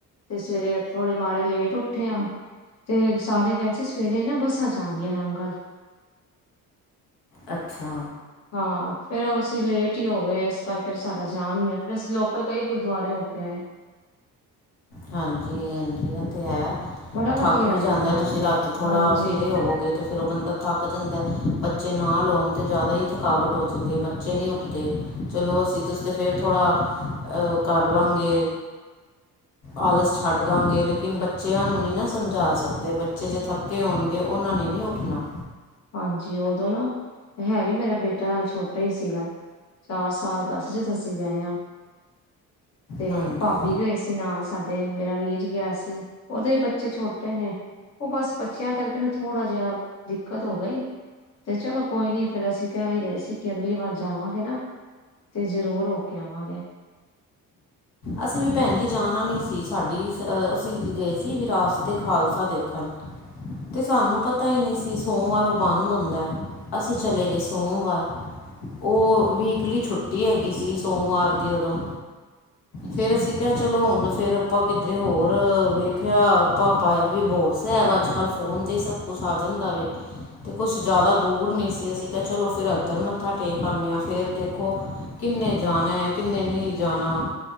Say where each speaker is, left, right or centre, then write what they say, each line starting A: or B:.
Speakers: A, on the left; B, on the left.
A: ਤੇ ਸਵੇਰੇ ਥੋੜੇ ਮਾੜੇ ਲੇਟ ਉੱਠੇ ਆ ਤੇ ਸਾਰੇ ਕਹਿ ਸੀ ਸਵੇਰੇ ਨਾ ਬੱਸਾਂ ਜਾਂਦੀਆਂ ਨੇ ਨੰਗਲ।
B: ਅੱਛਾ
A: ਹਾਂ, ਫੇਰ ਅਸੀਂ ਲੇਟ ਹੀ ਹੋ ਗਏ। ਇਸ ਕਰਕੇ ਸਾਡਾ ਜਾਣ ਨੀ ਹੋਇਆ। ਫਿਰ ਅਸੀਂ ਲੋਕਲ ਕਈ ਗੁਰਦੁਆਰੇ ਹੋ ਓਕੇ
B: ਹਾਂਜੀ ਹਾਂਜੀ ਆ ਤੇ ਹੈ
A: ਬੜਾ
B: ਥੱਕ
A: ਵਧੀਆ
B: ਵੀ
A: ਹੈ
B: ਜਾਂਦਾ
A: ਆਪਣਾ
B: ਤੁਸੀਂ
A: ਉਧਰ
B: ਰਾਤੀ ਥੋੜਾ
A: ਹਾਂਜੀ
B: ਫਿਰੇ ਹੋਵੋਗੇ ਅਤੇ ਫਿਰ ਉਹ ਬੰਦਾ ਥੱਕ ਜਾਂਦਾ ਬੱਚੇ ਨਾ ਲਾਉਣ ਤਾਂ ਜ਼ਿਆਦਾ ਹੀ ਥਕਾਵਟ ਹੋ ਜਾਂਦੀ ਹੈ ਬੱਚੇ ਨਹੀਂ ਉੱਠਦੇ ਚਲੋ ਅਸੀਂ ਤੁਸੀ ਤੇ ਫੇਿਰ ਥੋੜ੍ਹਾ ਅਹ ਕਰ ਲਾਂਗੇ ਆਲਸ ਛੱਡ ਦਾਂਗੇ ਲੇਕਿਨ ਬੱਚਿਆਂ ਨੂੰ ਨਹੀਂ ਨਾ ਸਮਝਾ ਸਕਦੇ ਬੱਚੇ ਜੇ ਥੱਕੇ ਹੋਣਗੇ ਉਹਨਾਂ ਨੇ ਨਹੀਂ ਉੱਠਣਾ
A: ਹਾਂਜੀ ਉਦੋਂ ਨਾ ਹੈ ਵੀ ਮੇਰਾ ਬੇਟਾ ਛੋਟਾ ਹੀ ਸੀਗਾ ਚਾਰ ਸਾਲ ਦੱਸ ਚ ਤੁਸੀਂ ਗਏ ਹ ਤੇ
B: ਹਾਂਜੀ
A: ਭਾਬੀ ਗਏ ਸੀ ਨਾਲ ਸਾਡੇ ਮੇਰਾ ਵੀ ਇਹ ਗਿਆ ਸੀ ਉਹਦੇ ਹੀ ਬੱਚੇ ਛੋਟੇ ਨੇ ਉਹ ਬਸ ਬੱਚਿਆਂ ਕਰਕੇ ਨਾ ਥੋੜਾ ਜਿਹਾ ਕਦੋਂ ਬਈ ਤੇ ਚਲੋ ਕੋਈ ਨਹੀਂੀ ਫਿਰ ਅਸੀਂ ਕਹਿ ਹੀ ਰਹੇ ਸੀ ਕਿ ਅਗਲੀ ਵਾਰ ਜਾਵਾਂਗੇ ਨਾ ਤੇ ਜ਼ਰੂਰ ਹੋ ਕੇ ਆਵਾਂਗੇ
B: ਅਸੀਂ ਵੀ ਭੈਣ ਜੀ ਜਾਣਾ ਨਹੀਂ ਸੀ ਸਾਡੀ ਅਸੀਂ ਗਏ ਸੀ ਵਿਰਾਸ ਤੇ ਖਾਲਸਾ ਦੇਖਣ ਤੇ ਸਾਨੂੰ ਪਤਾ ਹੀ ਨਹੀਂ ਸੀ ਸੋਮਵਾਰ ਉਹ ਬੰਦ ਹੁੰਦਾ ਅਸੀਂ ਚਲੇ ਗਏ ਸੋਮਵਾਰ ਉਹ ਵੀਕਲੀ ਛੁੱਟੀ ਹੈਗੀ ਸੀ ਸੋਮਵਾਰ ਦੀ ਉਦੋਂ
A: ਅੱਛਾ
B: ਫੇਰ ਅਸੀਂ ਕਿਹਾ ਚਲੋ ਹੁਣ ਫੇਿਰ ਆਪਾਂ ਕਿੱਧਰੇ ਹੋਰ ਵੇਖਿਆ ਆਪਾਪਾਇਆ ਵੀ ਬੋਰਸਹਿਬ ਅੱਜ ਕੱਲ ਫੋਨ ਤੇ ਹੀ ਸਭ ਕੁੱਛ ਆ ਜਾਂਦਾ ਹੁੰਦਾ ਵੇ ਤੇ ਕੁਛ ਜ਼ਿਆਦਾ ਦੂਰ ਨੀ ਸੀ। ਅਸੀਂ ਕਿਹਾ ਚਲੋ ਫੇਰ ਅੱਧਰ ਮੱਥਾ ਟੇਕ ਆਉਂਦੇ ਹਾਂ। ਫੇਰ ਦੇਖੋ ਕਿੰ ਕਿਨੇ ਜਾਣਾ ਹੈ, ਕਿੰਨੇ ਨਹੀਂ ਜਾਣਾ